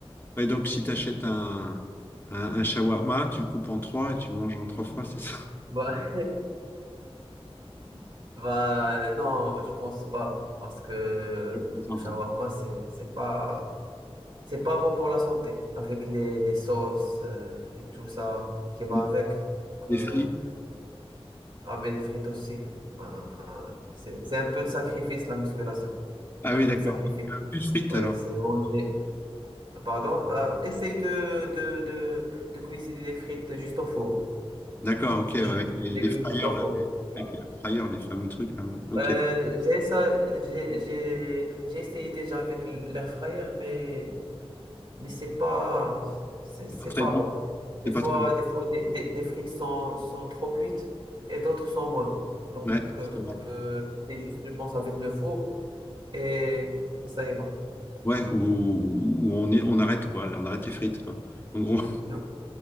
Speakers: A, on the left; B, on the right.
A: Ouais, donc, si tu achètes un, un, un shawarma, tu le coupes en trois et tu le manges en trois fois, c'est ça?
B: Bah, <laughs> bah, non, je pense pas. Parce que
A: Je plaisante.
B: le shawarma, c'est, c'est pas, c'est pas bon pour la santé. Avec les, les sauces euh, et tout ça qui va
A: Des,
B: avec. Donc,
A: des
B: euh,
A: frites.
B: ah, ben, les frites aussi. Bah, c'est, c'est un peu de sacrifice, la musculation.
A: Ah
B: C'est un
A: oui,
B: peu
A: d'accord.
B: de sacrifice.
A: Donc, euh, plus de frites
B: Ouais,
A: alors.
B: c'est manger. Pardon, bah, essaye de, de, de, de cuisiner les frites juste au four.
A: D'accord, ok, ouais,
B: Tu
A: avec
B: tu
A: les,
B: les
A: les
B: cuis
A: fryers,
B: juste au four.
A: là, les-
B: Voilà.
A: avec les fryers, les fameux trucs, là, ouais. Ok.
B: Euh, j'ai ça, j'ai, j'ai, j'ai essayé déjà avec l'air fryer, mais, mais c'est pas, c'est, c'est
A: C'est pas très
B: pas
A: bon.
B: bon.
A: C'est
B: Des
A: pas
B: fois,
A: très bon.
B: des fois, des, des, des frites sont, sont trop cuites et d'autres sont moins. Donc,
A: Ouais,
B: euh,
A: c'est vrai.
B: c'est juste, je pense, avec le four et ça ira.
A: Ouais, où, où- on est, on arrête quoi, on arrête les frites quoi, en gros.
B: <laughs>